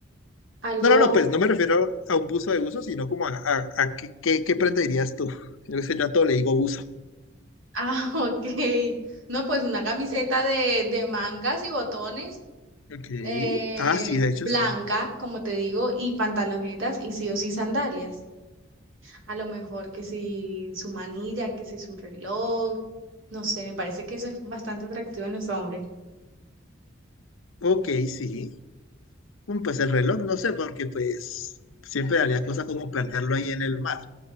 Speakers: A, on the right; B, on the left.
A: algo,
B: No, no, no, pues no me refiero a un buzo de uso, sino como a, a, a qué, qué, qué prenda dirías tú. Yo sé, yo a todo le digo buzo.
A: ah, <laughs> ok, no, pues una camiseta de, de mangas y botones,
B: Ok.
A: eh,
B: Ah, sí, de
A: blanca,
B: hecho, sí.
A: como te digo, y pantalonetas y sí o sí sandalias. A lo mejor que si su manilla, que si su reloj, no sé, me parece que eso es bastante atractivo en los hombres.
B: Ok, sí. Mm, Pues el reloj, no sé, porque pues siempre haría cosas como plantarlo ahí en el mar.